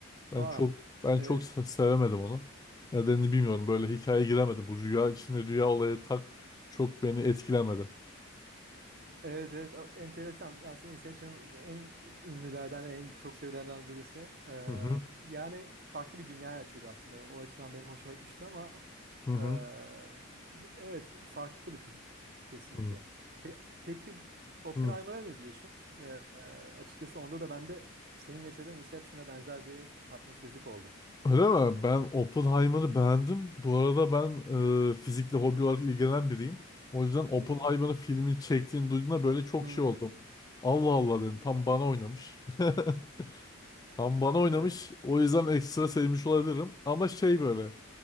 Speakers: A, on the left; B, on the right.
A: Ben
B: Aa,
A: çok ben
B: evet.
A: çok se- sevemedim onu. Nedenini bilmiyorum. Böyle hikayeye giremedim. Bu rüya içinde rüya olayı tak çok beni etkilemedi.
B: Evet evet O enteresan. Aslında Inception en ünlülerden, en çok sevilenlerden birisi. Ee,
A: Hı hı
B: yani farklı bir dünya açıyordu aslında. O açıdan benim hoşuma gitmişti ama
A: hı hı.
B: ee, evet farklı bir film kesinlikle.
A: hı
B: Pe- peki Oppenheimer'a
A: hı.
B: ne diyorsun? Ee, açıkçası onda da bende senin yaşadığın Inception'a benzer bir tatminsizlik oldu.
A: Öyle mi? Ben Oppenheimer'ı beğendim. Bu arada ben e, fizikle hobi olarak ilgilenen biriyim. O yüzden Oppenheimer'ın
B: Hı hı.
A: filmini çektiğini duyduğumda böyle çok
B: Hmm.
A: şey oldum. Allah Allah dedim. Tam bana oynamış. <laughs> Tam bana oynamış.
B: <laughs>
A: O yüzden ekstra sevmiş olabilirim. Ama şey böyle.